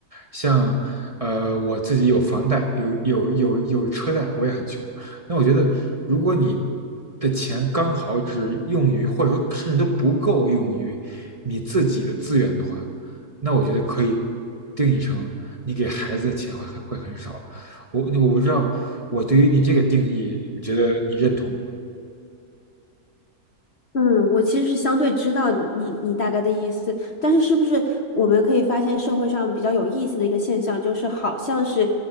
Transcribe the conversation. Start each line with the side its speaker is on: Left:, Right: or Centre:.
Right: 像呃我自己有房贷，有有有有车贷，我也很穷。那我觉得，如果你的钱刚好只用于，或者说甚至都不够用于你自己的资源的话，那我觉得可以定义成你给孩子的钱会会会很少。我我不知道，我对于你这个定义，你觉得你认同吗？
Left: 嗯，我其实是相对知道你你大概的意思，但是是不是我们可以发现社会上比较有意思的一个现象，就是好像是，